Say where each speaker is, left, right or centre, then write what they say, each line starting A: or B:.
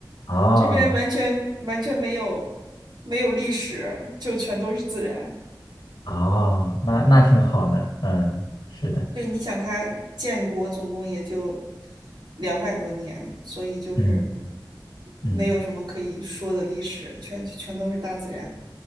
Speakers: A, on the left; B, on the right.
A: 哦
B: 这边完全完全没有没有历史，就全都是自然。
A: 哦，那那挺好的，嗯，是的，
B: 对，你想它建国总共也就两百多年，所以就是
A: 嗯
B: 没有什么可以说的历史，
A: 嗯
B: 全全都是大自然。